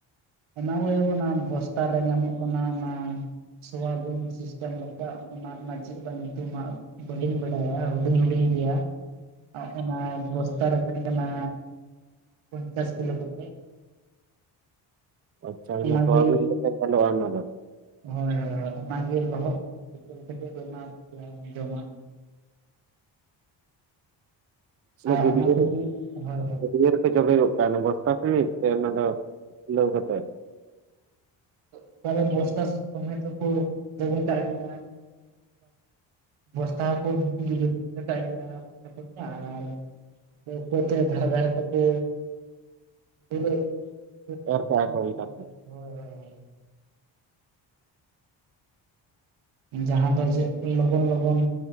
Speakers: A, on the right; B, on the right.
A: ᱮᱢᱟ ᱠᱚᱜᱮᱭᱟᱠ ᱚᱱᱟ ᱵᱚᱥᱛᱟ ᱨᱮ ᱧᱟᱢᱚᱜ ᱠᱟᱱᱟ ᱚᱱᱟ ᱥᱳᱣᱟᱵᱤᱱ ᱥᱤᱥᱴᱮᱢ ᱞᱮᱠᱟ ᱚᱱᱟ ᱨᱮᱱᱟᱜ ᱪᱮᱫ ᱪᱚ ᱧᱩᱛᱩᱢ ᱦᱟᱜ ᱵᱟᱹᱞᱤᱱ ᱵᱟᱰᱟᱭᱟ ᱦᱩᱵᱤᱱ ᱦᱩᱵᱤᱱ ᱜᱮᱭᱟ ᱾ ᱚᱱᱟ ᱵᱚᱥᱛᱟ ᱨᱮ ᱛᱟᱦᱮᱸ ᱠᱟᱱᱟ ᱯᱚᱧᱪᱟᱥ ᱠᱤᱞᱳ ᱠᱟᱛᱮᱜ ᱾
B: ᱟᱪᱪᱷᱟ
A: ᱚᱱᱟᱜᱮ
B: ᱥᱳᱣᱟᱵᱤᱱ ᱞᱮᱠᱟ ᱧᱮᱞᱚᱜᱼᱟ ᱚᱱᱟ ᱫᱚ ᱾
A: ᱦᱳᱭ ᱦᱳᱭ ᱦᱳᱭ ᱾ ᱚᱱᱟ ᱜᱮ ᱞᱚᱦᱚᱫ ᱠᱟᱛᱮᱜ <inaudible> ᱮᱢᱟ ᱠᱚᱜᱮᱭᱟ ᱡᱚᱢᱟᱜ ᱾
B: ᱥᱮ
A: ᱟᱨ
B: ᱜᱟᱹᱰᱭᱟᱹ
A: ᱚᱱᱟ ᱛᱮᱜᱮ
B: ᱨᱮ
A: ᱦᱳᱭ ᱦᱳᱭ
B: ᱜᱟᱹᱰᱭᱟᱹ
A: ᱾
B: ᱡᱚᱵᱮ ᱜᱚᱜᱠᱟ ᱚᱱᱟ ᱵᱚᱥᱛᱟ ᱛᱮᱜᱤ ᱥᱮ ᱚᱱᱟ ᱫᱚ ᱠᱷᱩᱞᱟᱹᱣ ᱠᱟᱛᱮᱜ
A: ᱚᱠᱟᱨᱮ ᱵᱚᱥᱛᱟ ᱥᱚᱢᱮᱫ ᱦᱚ ᱠᱚ ᱡᱚᱵᱮ ᱠᱟᱜ ᱜᱮᱭᱟ ᱾ ᱵᱮᱵᱚᱥᱛᱟ ᱠᱚᱦᱚᱸ ᱟᱨ <unintelligible> ᱩᱯᱟᱹᱛᱮ ᱫᱷᱟᱨᱮ ᱫᱷᱟᱨᱮ ᱛᱮ ᱠᱚ ᱯᱮᱱᱟᱹᱜ, <inaudible>
B: ᱮᱨ ᱠᱟᱜᱼᱟ
A: ᱦᱳᱭ
B: ᱠᱚ ᱚᱱᱠᱟ ᱛᱮ
A: ᱦᱳᱭ ᱾ ᱡᱟᱦᱟᱸ ᱫᱚ ᱡᱮ ᱞᱚᱜᱚᱱ ᱞᱚᱜᱚᱱ